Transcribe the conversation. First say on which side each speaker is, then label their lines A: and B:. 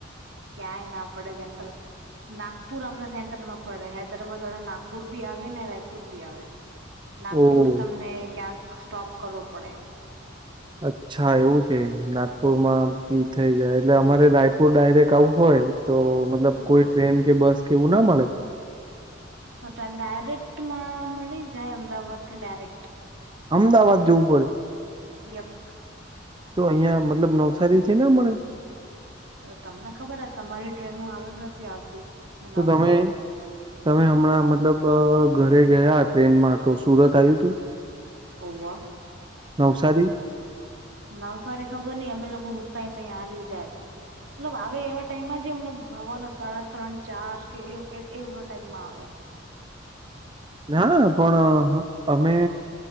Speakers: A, on the right (about 75°); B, on the right (about 25°).
A: ક્યાંય ના પડે સેન્ટર નાગપુર અમને સેન્ટર માં પડે હૈદરાબાદ વાળા નાગપુર બી આવે ને રાયપુર બી આવે નાગપુર
B: ઓહ
A: તમને ક્યાંક સ્ટોપ કરવો પડે.
B: અચ્છા એવું છે નાગપુર માં બી થઈ જાય એટલે અમારે રાયપુર ડાયરેક્ટ આવું હોય તો મતલબ
A: હમ.
B: કોઈ ટ્રેન કે બસ કે એવું ના મળે.
A: હટા ડાયરેક્ટ માં મળી જાય અમદાવાદ થી ડાયરેક્ટ
B: અમદાવાદ જવું પડે.
A: યપ
B: તો અહિયાં મતલબ નવસારી છે ને મળે
A: તમને ખબર જ તમારી ટ્રેનું આવે કે નથી આવતી. નવસારીથી.
B: તો તમે તમે હમણાં મતલબ ઘરે ગયા ટ્રેનમાં તો સુરત આવ્યું તુ
A: હોવ
B: નવસારી
A: નવસારી ખબર નઈ અમે લોકો હુતાય તો હાલયુ જાય. મતલબ આવે એવા ટાઈમમાં જે મત હવારના સાડા ત્રણ ચાર કે એવા ટાઈમમાં આવે
B: ના પણ અમે